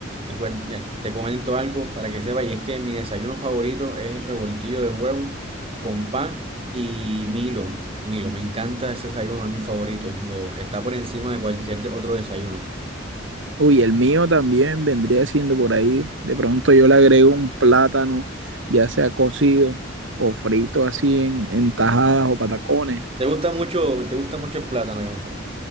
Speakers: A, on the right; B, on the right.
A: Recuer- mira, Te comento algo para que sepas, y es que mi desayuno favorito es el revoltillo de huevo con pan y Milo. Milo, me encanta ese desayuno, es mi favorito. Lo, está por encima de cualquier de- otro desayuno.
B: Uy, el mío también vendría siendo por ahí. De pronto yo le agrego un plátano, ya sea cocido o frito así en, en tajadas o patacones.
A: Te gusta mucho, te gusta mucho el plátano, Jonfer.